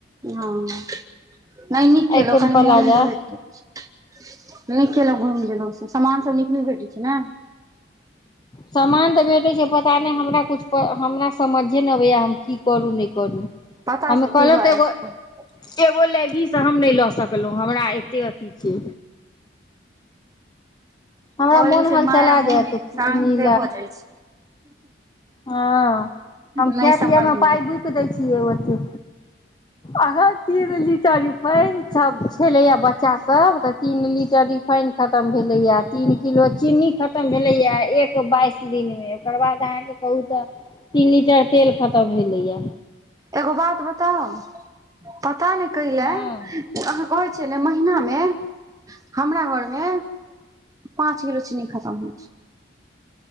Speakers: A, on the right; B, on the left.
A: हाँ नहि नीक केएलों
B: आइ कोन
A: कनी
B: प्लाजा
A: मोनो बहैल जाइ छै नीक केएलहुँ घुमि लेलहुँ समान सब नीक नहि भेटै छै ने
B: सामान तऽ भेटै छै पता नहि हमरा कछु हमरा समझे नहि अबैया हम की करू नहि करू
A: पता
B: हम
A: छै
B: कहलहूँ
A: की भऽ
B: तऽ
A: जाइ
B: एगो
A: छै
B: एगो लैगीस हम नहि लऽ सकलहुँ हमरा एते अथि छे हमरा
A: कहलहूँ
B: मोन हलचला
A: मायामोहमे
B: जायत की
A: शान्त
B: नी
A: से भऽ जाइ छै
B: हाँ हम
A: नहि
B: खाय पीयएमे
A: समझमे
B: पाइ बुकि दै छी केओते अहाँ तीन लीटर रिफाइन छाप छै छलैया बच्चा सब तऽ तीन लीटर रिफाइन खतम भेलैया तीन किलो चीन्नी खतम भेलै या एक बाइस दिनमे ओकर बाद अहाँके कहु तऽ तीन लीटर तेल खतम सब भेलैया
A: एगो बात बताउ पता नहि कएला
B: हँ
A: अहाँ कहै छियै ने महिनामे हमरा घरमे पाँच किलो चीनी खतम होइ छै